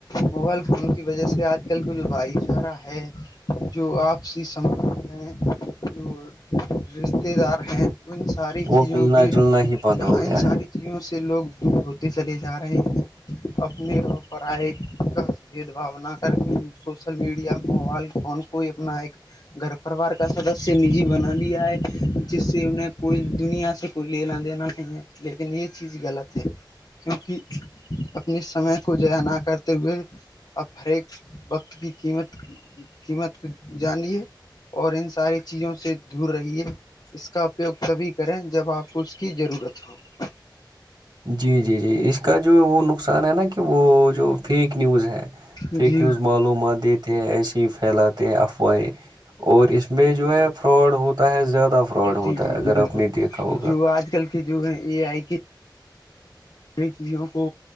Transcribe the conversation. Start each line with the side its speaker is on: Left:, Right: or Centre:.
Left: موبائل فون کی وجہ سے آج کل کی جو بھائی چارہ ہے جو آپسی سبھ ہیں جو رشتے دار ہیں ان ساری
Right: وہ
Left: چیزوں
Right: ملنا
Left: کےاں
Right: جلنا ہی بند ہو
Left: ان
Right: گیا
Left: ساری
Right: ہے
Left: چیوں سے لوگ دور ہوتے چلے جا رہے ہیں اپنی اور پڑھائی کا بھید بھانا کر کے سوشل میڈیا موبائل کون کوئی اپنا ایک گھر پرریوار کا سدسیہ نجی بنا لیا ہے جس سے انہیں کوئی دنیا سے کوئی لینا دینا نہیں ہے لیکن یہ چیز غلط ہے کیونکہ اپنی سمے کو جیا نہ کرتے ہوئے اب ہر ایک وقت کی قیمت قیمت کو جان لیے اور ان ساری چیزوں سے دور رہیے اس کا اپیوگ تبھی کریں جب آپ کو اس کی ضرورت ہو <unintelligible>
Right: جی جی جی اس کا جو وہ نقصان ہے نا کہ وہ جو فیک نیوز ہے
Left: جی
Right: فیک نیوز معلومات دیتے ایسے ہی پھیلاتے افواہیں اور اس میں جو ہے فراڈ ہوتا ہے زیادہ فراڈ ہوتا
Left: جی جی
Right: ہے اگر
Left: جی بالکل
Right: آپ نے دیکھا ہوگا
Left: جو آج کل جو ہے اے آئی کی کئی چیزوں کو